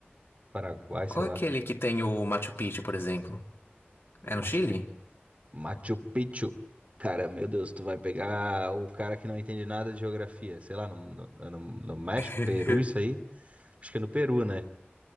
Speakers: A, on the right (about 35°); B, on the left (about 75°).
A: Paraguai, sei
B: Qual é
A: lá.
B: aquele que tem o Machu Picchu, por exemplo? É no
A: Machu,
B: Chile?
A: Pi- Machu Picchu. Cara, meu Deus, tu vai pegar o cara que não entende nada de geografia. Sei lá, no, no, é no- no México,
B: <laughs>
A: Peru, isso aí. Acho que é no Peru, né?